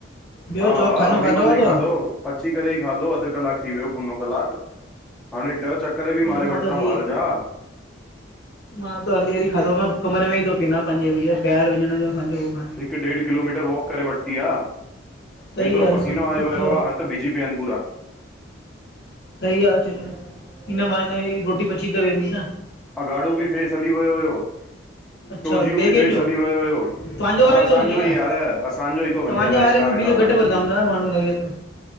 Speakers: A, on the left; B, in the centre.
A: ॿियो
B: हा
A: चओ
B: हा,
A: खानो
B: होॾीमहल
A: आहे
B: ई
A: तव्हां
B: खाधो अची करे ई खाधो, अधु क्लाक थी वियो मुनो क्लाकु, हाणे ॾह चक करे बि
A: कल्ह
B: मारे
A: मां
B: वरिता
A: त हली
B: बाहर जा
A: मां त हली हली
B: डे-
A: खाधो कमरे में ई थो पीना पंहिंजे भैया ॿाहिरि वञण जो असांजो हो कान्हे
B: हिक ॾेढ किलोमीटर वॉक करे वरिती आहे
A: सही
B: हेतिरो
A: आ
B: पसीनो
A: न
B: आयो
A: सुठो
B: वियो आहे हथ बिजी पिया आहिनि पूरा।
A: सही आहे चलो हिन बहाने ही रोटी पची त वेंदी न।
B: अघाड़ो बि फेस हली वियो हुयो।
A: अच्छा
B: टो ॾियूं
A: ॿिए
B: बि
A: कंहिंजो
B: फेस हली वियो हुयो,
A: तव्हांजो
B: न
A: वारो
B: असांजो
A: थो वञे या
B: ई यार, असांजो ई थो
A: तव्हांजे
B: वञे अलाए
A: वारे
B: छा
A: में
B: आहे।
A: बिल घट
B: हिननि
A: भरदां
B: में
A: हूंदा न माण्हू लॻे थो